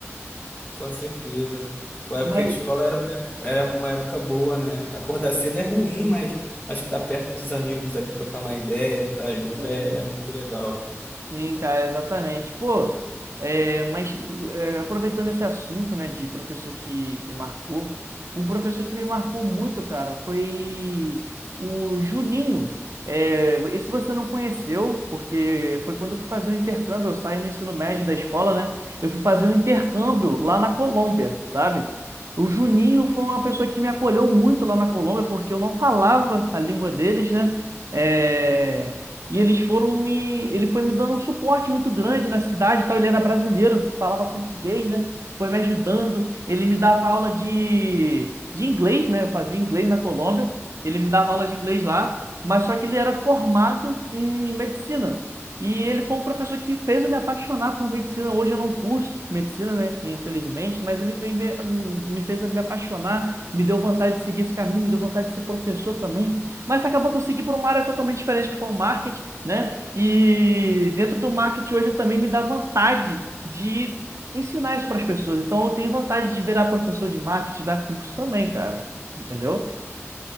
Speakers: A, on the left; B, on the right.
A: Com certeza. Pô, A
B: Mas.
A: época de escola era uma, era uma época boa, né? Acordar cedo é ruim, mas acho que tá perto dos amigos ali, trocar uma ideia, tá junto
B: É,
A: é é muito legal.
B: Sim, cara, exatamente. Pô, é, mas é, aproveitando esse assunto, né, de professor que, que marcou, um professor que me marcou muito, cara, foi o Juninho. É, esse você não conheceu, porque foi quando eu fui fazer o intercâmbio, eu saí no ensino médio da escola, né? Eu fui fazer um intercâmbio lá na Colômbia, sabe? O Juninho foi uma pessoa que me acolheu muito lá na Colômbia, porque eu não falava a língua deles, né? É, e eles foram me. Ele foi me dando um suporte muito grande na cidade, e tal. Ele era brasileiro, falava português, né? Foi me ajudando. Ele me dava aula de, de inglês, né? Eu fazia inglês na Colômbia. Ele me dava aula de inglês lá, mas só que ele era formado em medicina. E ele foi um professor que fez eu me apaixonar por medicina. Hoje eu não curso medicina, né? Infelizmente, mas ele fez me, me fez me apaixonar, me deu vontade de seguir esse caminho, me deu vontade de ser professor também. Mas acabou que eu segui por uma área totalmente diferente, que foi o marketing né? E dentro do marketing hoje também me dá vontade de ensinar isso para as pessoas. Então eu tenho vontade de virar professor de marketing, dar curso também, cara. Entendeu?